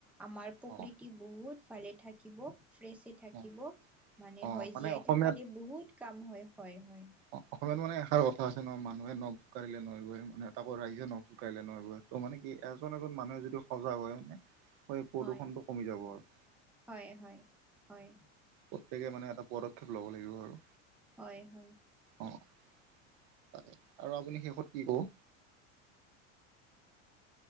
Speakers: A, in the centre; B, on the right.
A: আমাৰ প্ৰকৃতি
B: অ
A: বহুত ভালে থাকিব ফ্ৰেছে থাকিব
B: অ
A: মানে
B: অ
A: হয় জীয়াই
B: অসমীয়া
A: থকা দি বহুত কাম হয় হয় হয়।
B: অ অসমীয়ত মানে এষাৰ কথা আছে ন মানুহে নখ জোকাৰিলে নৈ বয় মানে তাকো ৰাইজে নখ জোকাৰিল নৈ বয় ত' মানে কি? এজন এজন মানুহে যদি সজাগ হয় মানে সেই প্ৰদূষণটো
A: হয়
B: কমি যাব আৰু
A: হয় হয়, হয়।
B: প্ৰত্যেকে মানে এটা পদক্ষেপ ল'ব লাগিব আৰু
A: হয় হয়।
B: অৱ তাকে আৰু আপুনি শেষত কি ক'ব?